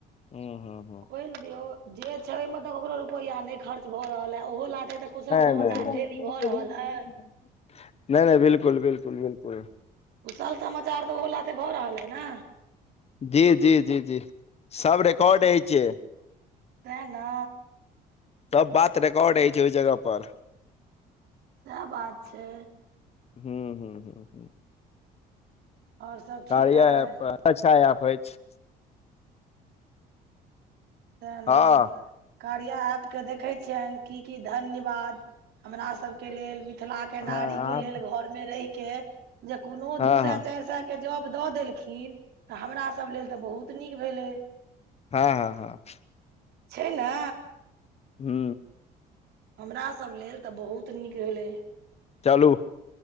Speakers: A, on the left; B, on the right.
A: हु हु
B: खोलि दियौ जै छै मतलब केकरो रूपेया नहि खर्च भ रहले ओहो लाते तऽ कुशल
A: नहि-नहि-नहि-नहि,
B: समाचार डेली भऽ रहल अइ
A: बिलकुल-बिलकुल-बिलकुल
B: कुशल समाचार तऽ ओहो लाते भऽ रहल अइ ने।
A: जी-जी-जी-जी सब र कोट
B: से
A: हो छै।
B: तेँ ने
A: सब बात रिकॉर्ड हय छै ओहि जगह पर
B: सएह बात छै।
A: हूँ-हू-हू-हू
B: आओर सब
A: कारया
B: ठीक अइ
A: एप अच्छा एऐप अछि।
B: के नाम
A: हँ
B: <unintelligible> कार्य एऐप के देखे छियनि की की धन्यवाद हमरा सब के लेल मिथिला के
A: हँ
B: नारी
A: हँ
B: के लेल घर मे रहि के जे कोनो
A: हँ
B: दू सए चार स के जॉब दऽ देलखिन तऽ हमरा सब लेल तऽ बहुत नीक भेलै।
A: हँ-हँ-हँ।
B: छै ने।
A: हू
B: हमरासभ लेल तऽ बहुत नीक भेलै।
A: चलू